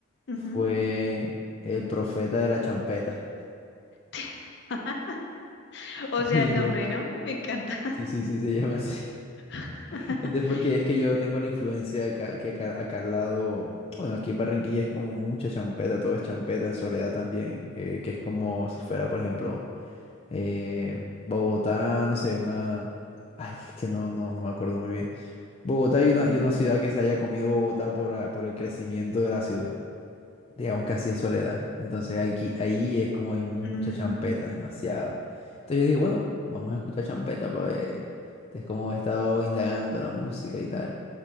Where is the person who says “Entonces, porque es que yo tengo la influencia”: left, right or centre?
Left